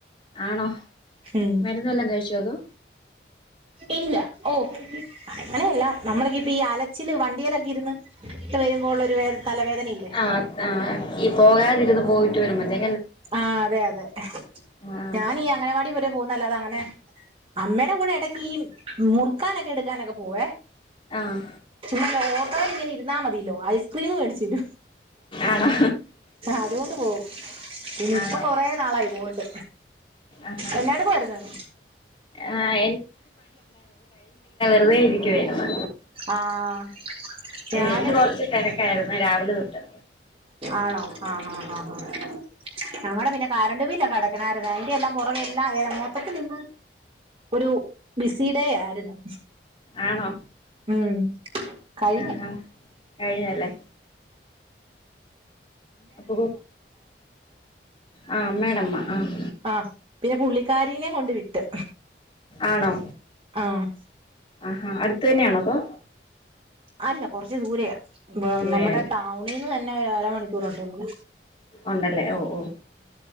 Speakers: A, on the left; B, on the right.
A: ആണോ
B: ഉം
A: മരുന്ന് വെല്ലോം കഴിച്ചോ അതോ
B: ഇല്ല ഓ അങ്ങനെയല്ല നമ്മളക്ക ഇപ്പൊ ഈ അലച്ചില് വണ്ടിയേലൊക്കെ ഇരുന്ന് <unintelligible> വരുമ്പോള്ള ഒരു വേദ തലവേദനയില്ലേ
A: ആഹ് ആഹ് ഈ പോകാതിരുന്ന് പോയിട്ട് വരുമ്പതെ
B: ആ അതെ അതെ
A: ആഹ്
B: ഞാനി അംഗനവാടി വരെ പോ നല്ലതാ അങ്ങനെ അമ്മയുടെ കൂടെ ഇടക്ക് ഈ മുറുക്കാനൊക്കെ എടുക്കാനൊക്കെ പോവേ
A: ആഹ്
B: ചുമ്മാ ലോട്ടോയിൽ ഇങ്ങനെ ഇരുന്നാ മതില്ലോ ഐസ്ക്രീമ് മേടിച്ചരും
A: ആണോ
B: അതുകൊണ്ട് പോവും ഇനി ഇപ്പൊ
A: ആണോ
B: കൊറേ നാളായി ഇങ്ങോട്ട്
A: ആഹാ
B: എന്നാട്ക്കുവാരുന്ന്
A: ആഹ് റുതേ ഇരിക്കുവാരുന്ന്
B: ആഹ ഞാനും
A: ഇന്ന് കൊറച്ച് തിരക്കായിരുന്നു രാവിലെ തൊട്ട്
B: ആണോ ആ ഹാ ഹാ ഹാ ഞങ്ങടെ പിന്നെ കരണ്ടു ബില്ലൊക്കെ അടക്കണാരുന്നു അതിന്റെ എല്ലാം പുറകെ എല്ല ഏ മൊത്തത്തിൽ ഇന്ന് ഒരു ബിസി ഡേ ആരുന്ന്
A: ആണോ
B: ഉം കഴിഞ്ഞ്
A: ആഹാ കഴിഞ്ഞല്ലേ അപ്പൊ കൊ ആഹ് അമ്മയുടെ അമ്മ ആഹ്
B: ആ പിന്നെ പുള്ളിക്കരി ഇതിനെ കൊണ്ട് വിട്ട്
A: ആണോ
B: ആഹ്
A: ആഹാ അടുത്ത് തന്നെയാണോ അതോ
B: അല്ല കൊറച്ച് ദൂരെയാ
A: ദൂരെയാല്ലേ
B: നമ്മുടെ ടൗണിൽന്ന് തന്നെ ഒരു അര മണിക്കൂറുണ്ട്
A: ഉണ്ടല്ലേ ഓ ഓ